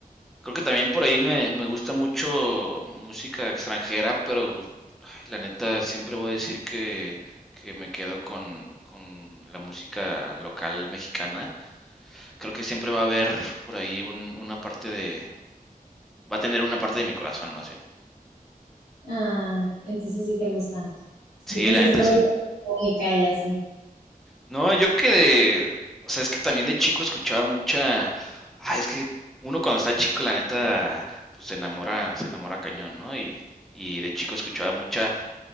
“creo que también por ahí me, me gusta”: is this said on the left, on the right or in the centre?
Centre